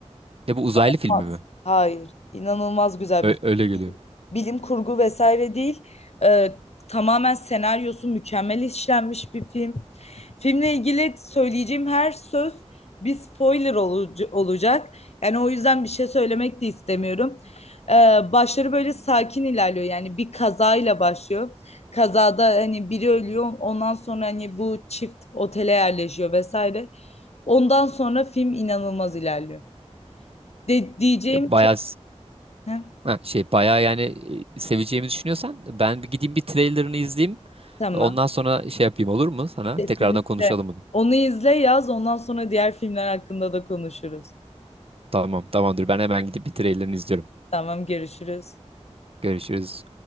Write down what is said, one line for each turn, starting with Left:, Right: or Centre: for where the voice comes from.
Right: Ne bu uzaylı
Left: Olmaz.
Right: filmi mi?
Left: Hayır. İnanılmaz güzel
Right: Ö-
Left: bir
Right: öyle geliyor.
Left: bilim kurgu vesaire değil. Ee, tamamen senaryosu mükemmel işlenmiş bir film. Filmle ilgili söyleyeceğim her söz bir spoiler olucu- olacak. Yani o yüzden bir şey söylemek de istemiyorum. Ee, başları böyle sakin ilerliyor. Yani bir kazayla başlıyor. Kazada hani biri ölüyor. Ondan sonra hani bu çift otele yerleşiyor vesaire. Ondan sonra film inanılmaz ilerliyor. De diyeceğim
Right: E,
Left: ki
Right: Bayağı s-
Left: Heh,
Right: ha, şey bayağı yani e, seveceğimi düşünüyorsan ben bir gideyim bir trailerını izleyeyim.
Left: tamam.
Right: Ondan sonra şey yapayım olur mu sana?
Left: Kesinlikle.
Right: Tekrardan konuşalım bunu.
Left: Onu izle yaz. Ondan sonra diğer filmler hakkında da konuşuruz.
Right: Tamam tamamdır ben hemen gidip bir trailerını izliyorum.
Left: Tamam, görüşürüz.
Right: Görüşürüz.